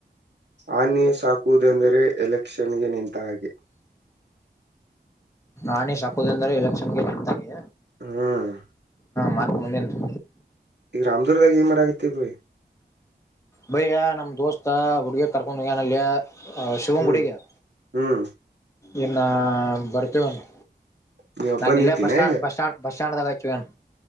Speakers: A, on the right (about 75°); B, on the left (about 15°).
A: ಆನೆ ಸಾಕುವುದೆಂದರೆ ಎಲೆಕ್ಷನ್ಗೆ ನಿಂತ ಹಾಗೆ.
B: ಆನೆ ಸಾಕುವುದೆಂದರೇನು ಎಲೆಕ್ಷನ್ಗೆ ನಿಂತಾಗೆ.
A: ಹ್ಮ್
B: ಮತ್ತೆ ಮುಂದಿಂದು
A: ರಾಮದುರ್ಗದಲ್ಲಿ ಏನು ಮಾಡ್ತಿದ್ದೀರಾ
B: ನನ್ನ ದೋಸ್ತ ಅವರ ಹುಡುಗಿನ ಕರ್ಕೊಂಡು ಶಿವನ ದೇವಸ್ಥಾನಕ್ಕೆ ಹೋಗಿದ್ದಾನೆ
A: ಹ್ಮ್ ಹ್ಮ್
B: ಏನ್ನ ಬರ್ತೇವನು
A: ನೀ ಒಬ್ಬ
B: ನಾನನ್ ನಲ್ಲೆ
A: ನಿಂತಿನ
B: ಬಸ್
A: ಈಗ
B: ಬಸ್ ಸ್ಟ್ಯಾಂಡ್ ಬಸ್ ಸ್ಟ್ಯಾಂಡ್ ಹಾಕಿವೆನು